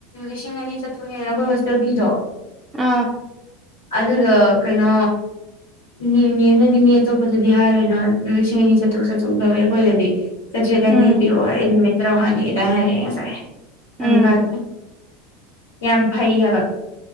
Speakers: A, on the left (about 80°); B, on the right (about 20°).
A: ꯂꯤꯁꯤꯡ ꯑꯅꯤ ꯆꯇ꯭ꯔꯨꯛꯅꯦꯅ ꯑꯩꯈꯣꯏ ꯍꯣꯁꯇꯦꯜ ꯐꯤꯗꯣ
B: ꯑꯥ
A: ꯑꯗꯨꯗ ꯀꯩꯅꯣ ꯃꯤ ꯃꯤꯦꯝꯅꯗꯤ ꯃꯤ ꯑꯇꯣꯞꯄꯗꯗꯤ ꯍꯥꯏꯔꯤꯣꯏꯅꯣ ꯂꯤꯁꯤꯡ ꯑꯅꯤ ꯆꯇ꯭ꯔꯨꯛ ꯆꯥꯇ꯭ꯔꯨꯛ ꯂꯧꯧꯏꯤ ꯑꯩꯈꯣꯏꯗꯗꯤ ꯆꯥꯇ꯭ꯔꯦꯠ ꯍꯕꯤꯔꯛꯑꯣ
B: ꯎꯝ
A: ꯑꯩ ꯅꯨꯃꯤꯠ ꯇꯔꯥꯃꯉꯥꯅꯤꯒꯤꯗ ꯍꯥꯏꯔꯛꯑꯦ ꯉꯁꯥꯏ
B: ꯎꯝ
A: ꯑꯪꯀꯥꯟꯗ ꯌꯥꯝ ꯐꯩ ꯍꯥꯏꯕ